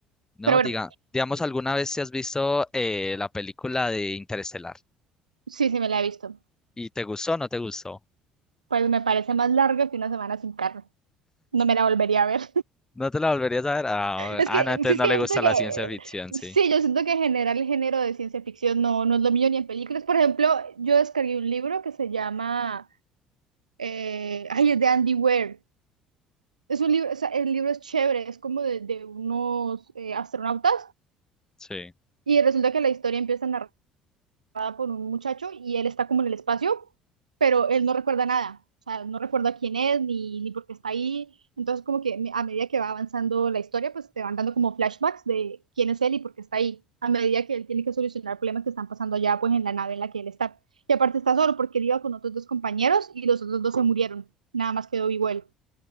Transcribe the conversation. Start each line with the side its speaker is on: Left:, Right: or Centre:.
Left: No,
Right: Pero bueno,
Left: diga, digamos, ¿alguna vez te has visto eh, la película de Interestelar?
Right: sí, sí me la he visto.
Left: ¿Y te gustó o no te gustó?
Right: Pues me parece más larga que una semana sin carne. No me la volvería a ver.
Left: ¿No te la volverías a ver? Ah,
Right: Es
Left: ah,
Right: que,
Left: no, entonces
Right: sí, es
Left: no
Right: que
Left: le
Right: yo
Left: gusta
Right: siento que,
Left: la ciencia ficción, sí.
Right: sí, yo siento que en general el género de ciencia ficción no, no es lo mío ni en películas. Por ejemplo, yo descargué un libro que se llama, eh, ay, es de Andy Weir. Es un libro, o sea, el libro es chévere, es como de, de unos eh, astronautas
Left: Sí.
Right: y resulta que la historia empieza a narrar con un muchacho y él está como en el espacio, pero él no recuerda nada. O sea, no recuerda quién es ni, ni por qué está ahí. Entonces, como que me- a medida que va avanzando la historia, pues te van dando como flashbacks de quién es él y por qué está ahí. A medida que él tiene que solucionar problemas que están pasando allá, pues en la nave en la que él está. Y aparte está solo porque él iba con otros dos compañeros y los otros dos se murieron. Nada más quedó vivo él.